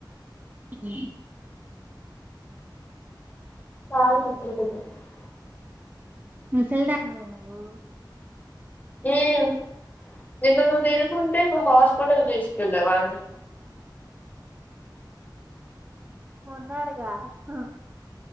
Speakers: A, on the right; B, on the left.
A: ఆ
B: కాళ్ళు నొప్పులు తెలుసా <unintelligible>
A: ముసలదానివే నువ్వు
B: ఉం నిన్న నువ్వు తినకుంటే ఇప్పుడు హాస్పిటల్ తీసుకెళ్లే వాళ్లం
A: ఉన్నాడుగా ఆ